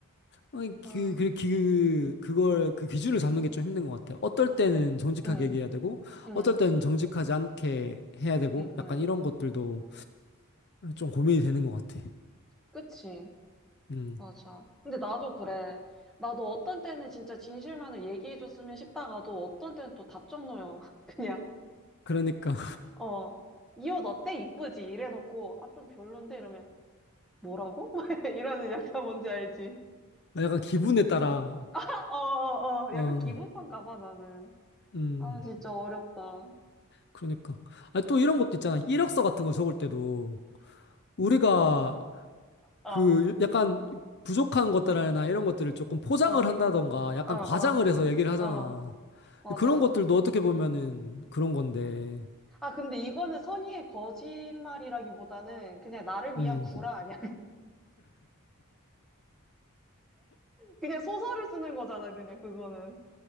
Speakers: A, on the left (about 50°); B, in the centre.
A: 아니,
B: 아,
A: 그, 그, 그, 그걸, 그 기준을 잡는 게 좀 힘든 것 같아. 어떨 때는 정직하게
B: 응.
A: 얘기해야 되고,
B: 응,
A: 어떨 때는 정직하지 않게 해야 되고,
B: 응,
A: 약간 이런
B: 응.
A: 것들도 좀 고민이 되는 것 같아.
B: 그치.
A: 음,
B: 맞아. 근데 나도 그래. 나도 어떤 때는 진짜 진실만을 얘기해줬으면 싶다가도 어떤 때는 또 답정 넣어요. <laughs> 그냥,
A: 그러니까.
B: 어, 이 옷 어때? 이쁘지? 이래놓고, 아, 좀 별론데? 이러면, 뭐라고? <laughs> 이러는 약간 뭔지 알지?
A: 아, 약간 기분에 따라,
B: <laughs> 어, 어, 어.
A: 어,
B: 약간 기분판가 봐, 나는.
A: 음,
B: 아, 진짜 어렵다. 어,
A: 그러니까. 아, 또 이런 것도 있잖아. 이력서 같은 거 적을 때도 우리가
B: 어,
A: 그 약간 부족한 것들이나 이런 것들을 조금 포장을
B: 어,
A: 한다던가 약간
B: 어,
A: 과장을 해서 얘기를 하잖아.
B: 어. 맞아.
A: 그런 것들도 어떻게 보면은 그런 건데,
B: 아, 근데 이거는 선의의 거짓말이라기보다는 그냥 나를 위한
A: 음,
B: 구라 아니야? 그냥 소설을 쓰는 거잖아, 그냥 그거는.